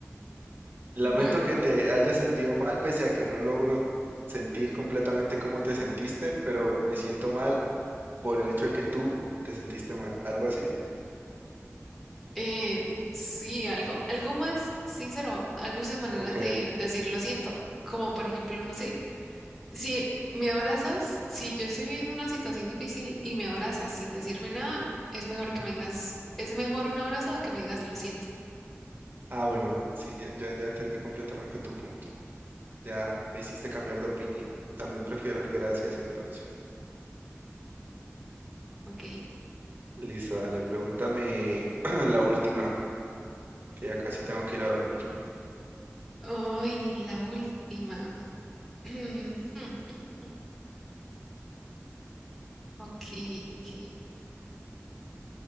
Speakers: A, on the right; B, in the centre.
A: Lamento
B: Bueno,
A: que te hayas sentido mal, pese a que no logro en- sentir completamente cómo te sentiste, pero me siento mal por el hecho de que tú te sentiste mal. ¿Algo así?
B: eh, sí, algo, algo más sincero. Hay muchas maneras
A: Ok.
B: de decir lo siento, como por ejemplo, no sé. Si me abrazas, si yo estoy viviendo una situación difícil y me abrazas sin decirme nada, es mejor que me digas, es mejor un abrazo a que me digas lo siento,
A: Ah, bueno, sí, ya, ya, ya entendí completamente tu punto. Ya me hiciste cambiar de opinión. También prefiero el gracias entonces.
B: ¿ok?
A: Listo, dale, pregúntame <clears throat> la última, que ya casi tengo que ir a dormir.
B: Ay, la última. <clears throat> Ok, ok.